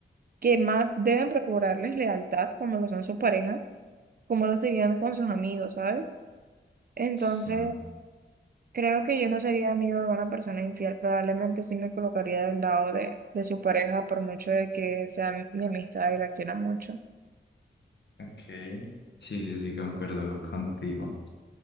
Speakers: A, on the right; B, on the left.
A: que más deben procurarles lealtad, como lo son su pareja, como lo serían con sus amigos, ¿sabes? Entonces,
B: Sí,
A: Creo que yo no sería amigo de una persona infiel, probablemente sí me colocaría del lado de, de su pareja, por mucho de que sea mi amistad y la quiera mucho.
B: ok. Sí, sí, sí, concuerdo contigo.